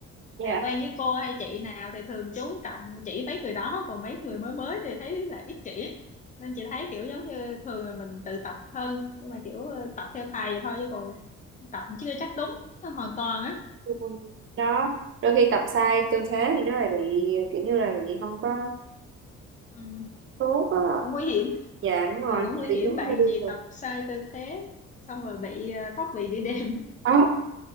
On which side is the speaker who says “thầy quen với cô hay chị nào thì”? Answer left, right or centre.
Left